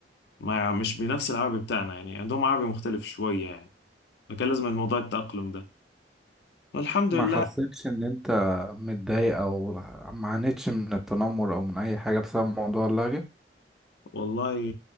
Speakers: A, on the left; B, in the centre.
A: ما يع- مش بنفس العربي بتاعنا يعني عندهم عربي مختلف شويه يعني فكان لازم الموضوع التأقلم ده والحمد
B: ما
A: لله
B: حسيتش ان انت متضايق او ما عانيتش من التنمر او من اي حاجه بسبب موضوع اللهجه
A: والله